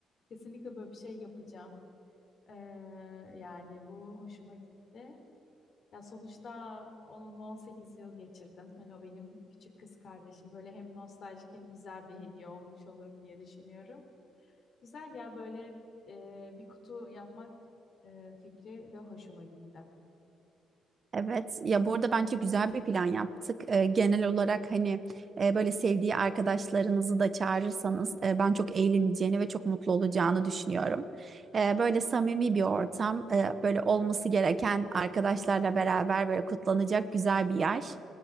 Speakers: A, on the left (about 55°); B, on the right (about 40°).
A: Kesinlikle böyle bir şey yapacağım. Ee, yani bu hoşuma gitti. Ya sonuçta onunla 18 yıl geçirdim. Hani o benim küçük kız kardeşim. Böyle hem nostaljik hem güzel bir hediye olmuş olur diye düşünüyorum. Güzel ya böyle e, bir kutu yapmak e, fikri de hoşuma gitti.
B: Evet ya bu arada bence güzel bir plan yaptık. Ee, genel olarak hani e, böyle sevdiği arkadaşlarınızı da çağırırsanız e, ben çok eğleneceğini ve çok mutlu olacağını düşünüyorum. Ee, böyle samimi bir ortam, e, böyle olması gereken arkadaşlarla beraber böyle kutlanacak güzel bir yer.